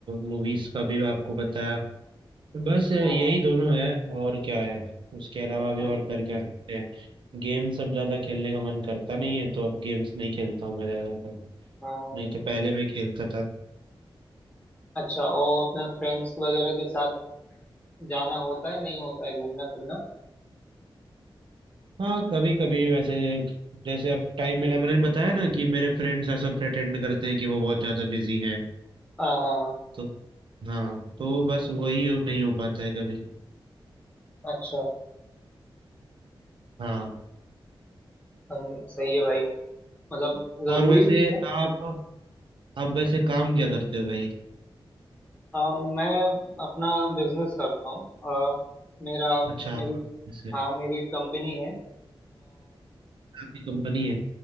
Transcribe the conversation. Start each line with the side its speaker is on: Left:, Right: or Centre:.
Right: मूवीज का भी आपको बताया बस यही
Left: हाँ हाँ
Right: दोनों है और क्या है उसके अलावा
Left: अच्छा
Right: भी और कर क्या सकते हैं गेम्स अब ज्यादा खेलने का मन करता नहीं है तो अब गेम्स नहीं खेलता हूँ मैं ज्यादा
Left: हाँ हाँ
Right: नहीं तो पहले मैं खेलता था
Left: अच्छा और अपने फ्रेंड्स वगैरह के साथ जाना होता है नहीं होता है घूमना फिरना
Right: हाँ कभी कभी वैसे जैसे अब टाइम मिला मैंने बताया ना कि मेरे फ्रेंड्स ऐसा प्रेटेंड करते हैं कि वो बहुत ज्यादा बिजी हैं
Left: हाँ हाँ,
Right: तो हाँ तो बस वही हो- नहीं हो पाता है कभी
Left: अच्छा
Right: हाँ
Left: हम सही है भाई मतलब जरूरी
Right: और वैसे
Left: भी है
Right: आप आप वैसे काम क्या करते हो भाई
Left: हाँ, मैं अपना बिजनेस करता हूँ अ, मेरा
Right: अच्छा
Left: मेरी
Right: आप वैसे
Left: हाँ मेरी एक कंपनी है
Right: आपकी कंपनी है